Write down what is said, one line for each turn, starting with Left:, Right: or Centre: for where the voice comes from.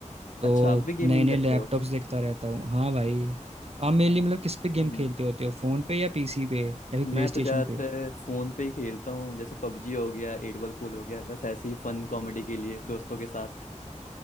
Right: तो
Left: अच्छा आप भी गेमिंग
Right: नए नए
Left: करते
Right: लैपटॉप्स
Left: हो
Right: देखता रहता हूँ हाँ भाई आप मेनली
Left: अच्छा,
Right: मतलब किस पे गेम
Left: हम्म,
Right: खेलते होते हो फ़ोन पे या पीसी पे या फिर प्ले
Left: मैं
Right: स्टेशन
Left: तो ज़्यादातर
Right: पे
Left: फ़ोन पे ही खेलता हूँ जैसे पबजी हो गया एट बॉल पूल हो गया बस ऐसे ही फन कॉमेडी के लिए दोस्तों के साथ